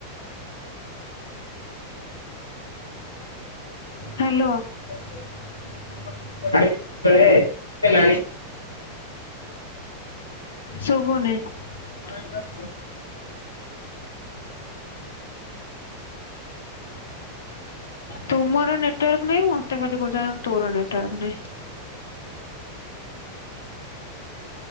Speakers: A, on the left; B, on the left.
A: ହାଲୋ। <unintelligible>
B: ନାହିଁ ତଳେ ଏନାଇଁ
A: ସୁବୁନି। <unintelligible> ତୁମର ନେଟୱାର୍କ ନାଇଁ ମତେ ଖାଲି କହୁଚ ତୋର ନେଟୱାର୍କ ନାହିଁ।